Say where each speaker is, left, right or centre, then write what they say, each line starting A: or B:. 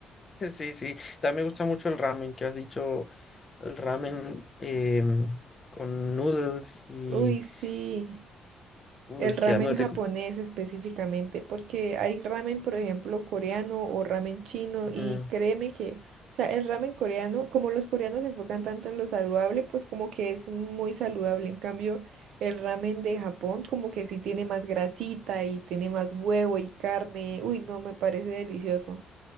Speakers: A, on the left; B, on the right.
A: Sí, sí. También me gusta mucho el ramen que has dicho el ramen em, con noodles y,
B: Uy, sí,
A: y- uy,
B: el ramen
A: queda muy rico.
B: japonés específicamente, porque hay ramen, por ejemplo, coreano o ramen chino
A: Ujú.
B: y créeme que, o sea, el ramen coreano, como los coreanos se enfocan tanto en lo saludable, pues como que es muy saludable. En cambio, el ramen de Japón como que sí tiene más grasita y tiene más huevo y carne.
A: Y
B: Uy, no, me parece delicioso.